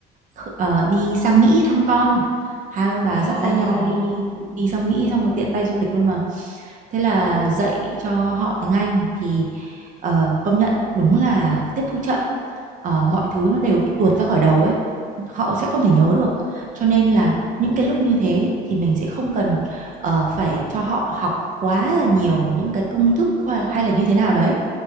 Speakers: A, on the right; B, on the left.
A: kh- ờ, đi sang Mỹ thăm con hai ông bà
B: Ờ.
A: dắt tay nhau đi đi sang Mỹ xong rồi tiện tay du lịch luôn mà thế là dạy cho họ tiếng Anh thì ờ, công nhận đúng là tiếp thu chậm Ờ, mọi thứ nó đều bị tuột ra khỏi đầu ấy họ sẽ không
B: ờ,
A: thể
B: ờ.
A: nhớ được cho nên là những cái lúc như thế thì mình sẽ không cần ờ, phải cho họ học quá là nhiều những cái công thức khoa- hay là như thế nào đấy